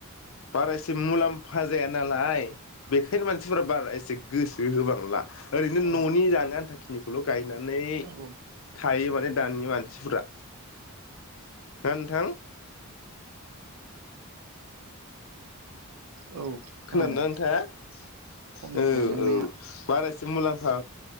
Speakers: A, on the left; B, on the right.
A: बारा एसे मुलाम्फा जाया नालाय बेखायनो मानसिफोरा बारा एसे गोसो होबांला ओरैनो
B: औ
A: न'नि जानो आनथाखि <unintelligible> गायनानै
B: औ
A: थायो माथो दानि मानसिफोरा ना नोंथां
B: औ
A: खोनादोंना
B: खोनादों
A: नोंथांआ औ
B: खम जाबाय गायलांनाया
A: - औ बारासिम मुलाम्फा